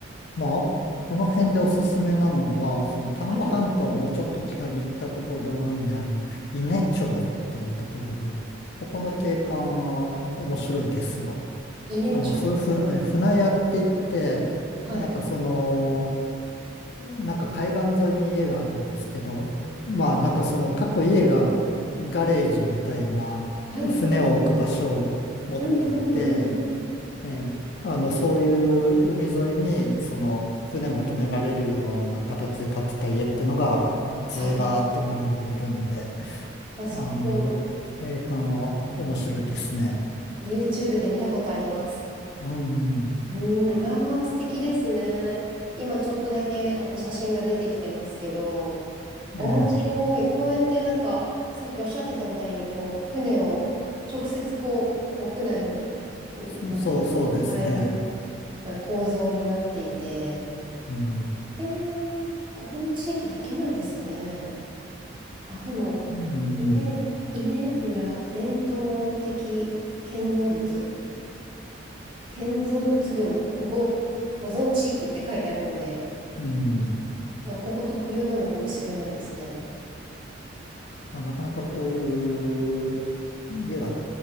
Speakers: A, on the left; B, on the right.
A: まあ、この辺でおすすめなのは、その丹後半島をもうちょっと北に行ったところにある伊根町っていうところで、
B: はい。
A: ここの景観は面白いですよ。
B: はい。伊根町。
A: あの、ふ、ふ、え船屋って言って、
B: はい。
A: なんかその、なんか海岸沿いに家があるんですけど、まあなんかその各家がガレージみたいな船を置く場所を持っていて、
B: はいはい。うんうんうん。
A: ええあのそういう海沿いにその船も止められるような形で建てた家ってのがずらーっと並んでいるんで、
B: はい。私、
A: あの、
B: ここ、
A: 景観は面白いですね。
B: YouTube で見たことあります。
A: うん、
B: うん。ああ、素敵ですね。今ちょっとだけあの写真が出てきてますけど、面白い。
A: ええ、
B: こうやってなんか、さっきおっしゃってたみたいに、こう、船を直接こう、屋内に、うんなんていうの、
A: そそう、そうですね。
B: しまえるまあ構造になっていて、
A: うん、
B: えー、ここの地域だけなんですかね。あ、でも、
A: うん、
B: 稲、稲浦伝統的建造物、建造物群保護、保存地域って書いてあるので、
A: うん。
B: まあここ特有なのかもしれないですね。
A: まあ、なかなかこういう家が